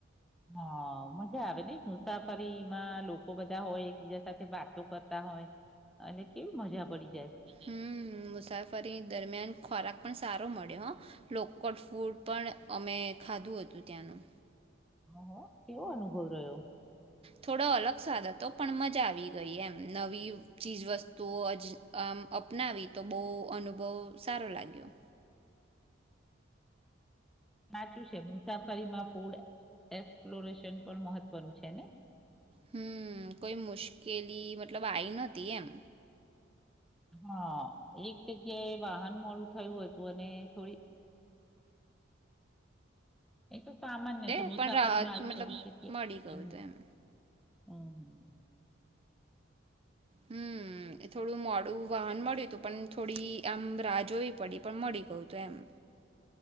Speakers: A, in the centre; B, on the right.
A: હા, મ. આવે નને મુસાફરીમા લોકો બધા હોય, એકબીજા સાથે વાતો કરતા હોય. અને કેવી મજા પડી જાય.
B: હમ, મુસાફરી દરમિયાન ખોરાક પણ સારો મળ્યો હ લોકડ ફૂડ પણ અમે ખાધું હતું, ત્યાંનું.
A: હ, હ. કેવો, અનુભવ રહ્યો.
B: થોડો અલગ સ્વાદ હતો, પણ મજા આવી ગઈ એમ નવી ચીજ વસ્તુઓ આમ અપનાવી, તો બહ અનુભવ સારો લાગ્યો.
A: નાચું છે, મુસાફ. ફરી ફૂડ એક્સપ્લોરેશ. પણ મહત્વનું છેને.
B: હમ, કોઈ મુશ્કેલી મતલબ આઈ નથી, એમ.
A: હા. એક જગ્યાએ વાહન મોડું થયું, હતું અને. થોડી, એ તો. સામાન્ય
B: એ
A: છે, મુસાફરીમાં
B: પણ રાહત
A: આવી
B: મતલબ
A: પરિસ્થિતિ
B: મળી ગયું
A: હ. હમ,
B: હતું એમ
A: હમ.
B: હમ, એ થોડું મોડું વાહન મળ્યું હતું, પણ થોડી આમ રાહ જોવી પડી પણ મળી ગયું હતું, એમ.